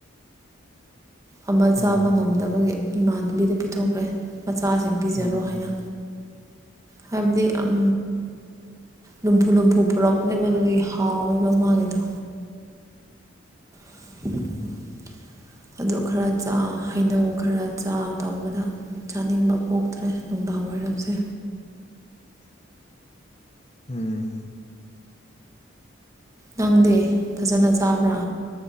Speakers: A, on the left; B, on the right.
A: <inaudible>
B: ꯑꯃ ꯆꯥꯕ
A: ꯎꯝ
B: ꯉꯝꯗꯕꯒꯤ ꯏꯃꯥꯟꯅꯕꯤꯗ ꯄꯤꯊꯣꯛꯈ꯭ꯔꯦ ꯃꯆꯥꯁꯤꯡ ꯄꯤꯖꯔꯣ
A: ꯎꯝ
B: ꯍꯥꯏꯅ ꯍꯥꯏꯕꯗꯤ ꯑꯝ ꯂꯨꯝꯕꯨ ꯂꯨꯝꯕꯨ ꯄꯨꯔꯛꯄꯅꯦꯕ ꯑꯗꯨꯗꯨꯒꯤ ꯍꯥꯎꯋꯦꯕ ꯃꯥꯒꯤꯗꯣ <inaudible>
A: ꯎꯝ
B: ꯑꯗꯨ ꯈꯔ ꯆꯥ ꯍꯩꯅꯧ ꯈꯔ ꯆꯥ ꯇꯧꯕꯗ ꯆꯥꯅꯤꯡꯕ ꯄꯣꯛꯇ꯭ꯔꯦ ꯅꯨꯡꯗꯥꯡ ꯋꯥꯏꯔꯝꯁꯦ
A: <inaudible> ꯎꯝ
B: ꯅꯪꯗꯤ ꯐꯖꯟꯅ ꯆꯕ꯭ꯔꯥ